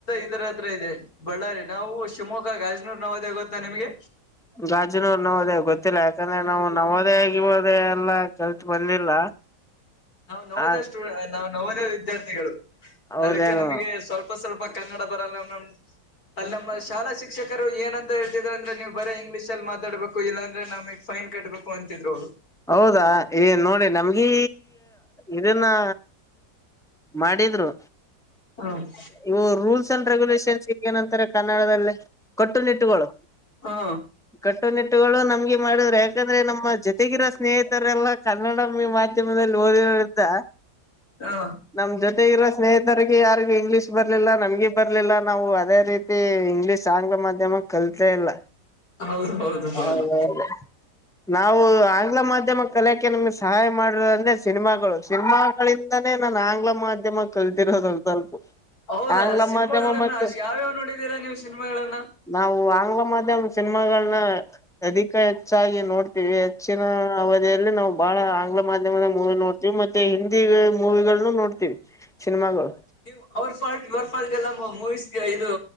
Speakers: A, on the left; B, in the centre.
A: ರ ಹತ್ರ ಇದೆ ಬಳ್ಳಾರಿ ನಾವು ಶಿವಮೊಗ್ಗ ಗಾಜನೂರ್ ನಾವು ಹೋದೆವ್ ಗೊತ್ತಾ ನಿಮ್ಗೆ.
B: ಜಜೂನೂರ್ ನೋದೇ ಗೊತ್ತಿಲ್ಲ ಯಾಕಂದ್ರೆ ನಾವು ನವೋದಯಾ ಗಿವೋದಯ್ ಎಲ್ಲಾ ಕಲ್ತ್ ಬಂದಿಲ್ಲ.
A: ನಾವು ನೋವೋಧಯ
B: ಆ
A: ಸ್ಟೂಡ್ ನಾವು ನವೋದಯ ವಿದ್ಯಾರ್ಥಿಗಳು
B: ಹೌದೇನು
A: ಅದಕ್ಕೆ ನಮಗೆ ಸ್ವಲ್ಪ ಸ್ ಸ್ವಲ್ಪ ಕನ್ನಡ ಬರಲ್ಲ ಅಲ್ಲ ನಮ್ಮ ಅಲ್ಲಿ ನಮ್ಮ ಶಾಲಾ ಶಿ ಶಿಕ್ಷಕರು ಏನಂತ ಹೇಳ್ತಿದ್ರು ಅಂದ್ರೆ ನೀವು ಬರೆ ಇಂಗ್ಲೀಷ ಅಲ್ಲಿ ಮಾತಾಡ್ಬೇಕು ಇಲ್ಲಾಂದ್ರೆ ನಮಗ್ ಫೈನ್ ಕಟ್ಬೇಕು ಅಂತಿದ್ರು ಅವರು.
B: ಹೌದಾ ಏ ನೋಡಿ ನಮಗೀ ಇದನ್ನು ಮಾಡಿದ್ರು
A: ಹ್ಮ
B: ಇವು ರೂಲ್ಸ್ ಅಂಡ್ ರೆಗ್ಯುಲೇಷನ್ಸ್ ಈಗ ಏನಂತಾರೆ ಕನ್ನಡದಲ್ಲಿ. ಕೊಟ್ಟು ನಿಟ್ಟುಗಳು
A: ಹಾ
B: ಕಟ್ಟುನಿಟ್ಟುಗಳು ನಮ್ಗೆ ಮಾಡುದ್ರ ಯಾಕಂದ್ರೆ ನಮ್ಮ ಜೊತೆಗಿರೋ ಸ್ನೇಹಿತರೆಲ್ಲ ಕನ್ನಡ ಮಾಧ್ಯ ಮದಲ್ಲಿ ಓದಿರೋರ್ ಇರತ್ತಾ
A: ಹಾ
B: ನಮ್ ಜೊತೆ ಇರೋ ಸ್ನೇಹಿತರಿಗೆ ಯಾರಿಗೆ ಇಂಗ್ಲೀಷ್ ಬರ್ಲಿಲ್ಲ ನಮ್ಗೆ ಬರ್ಲಿಲ್ಲ ನಾವು ಅದೇ ರೀತಿ ತಿ ಇಂಗ್ಲೀಷ್ ಆಂಗ್ಲ ಮಾಧ್ಯಮ ಕಲ್ತಾ ಇಲ್ಲ.
A: ಹೌದು ಹೌದು
B: ಹೌದೌದು
A: ಹೌದು
B: ನಾವು ಆಂಗ್ಲ ಮಾಧ್ಯಮ ಕಲಕೆ ನಮ್ಗೆ ಸಹಾಯ ಮಾಡಿ ಅಂದ್ರೆ ಸಿನಿಮಾಗಳು ಸಿನಿಮಾಗಳಿಂದಾನೇ ನಾನ್ ಆಂಗ್ಲ ಮಾಧ್ಯಮ ಕಲ್ತಿರೋದು ಸ್ವಲ್ಪ್
A: ಹೌದಾ
B: ಆಂಗ್ಲ
A: ಸಿನಿಮಾಗಳನ್ನ
B: ಮಾಧ್ಯಮ ಮತ್ತು
A: ಯಾವ್ಯಾವ ನೋಡಿದೀರಾ ನೀವು ಸಿನಿಮಾಗಳನ್ನ
B: ನಾವು ಆಂಗ್ಲ ಮಾಧ್ಯಮ ಸಿನಿಮಾಗಳನ್ನ ಅಧಿಕ ಹೆಚ್ಚಾಗಿ ನೋಡ್ತೀವಿ ಹೆಚ್ಚಿನ ಅವಧಿಯಲ್ಲಿ ನಾವು ಬಹಳ ಆಂಗ್ಲ ಮಾಧ್ಯಮದ ಮೂವಿ ನೋಡ್ತವ್ ಮತ್ತೆ ಹಿಂದಿ ಮೂವಿ ಗಳನ್ನು ನೋಡ್ತೀವಿ ಸಿನಿಮಾಗಳು.
A: ನೀವು ಅವರ್ ಫಾಲ್ಟ್ ಯರ್ ಫಾಲ್ಟ್ ಎಲ್ಲ ಮೂವೀಸ್ಗೆ ಇದು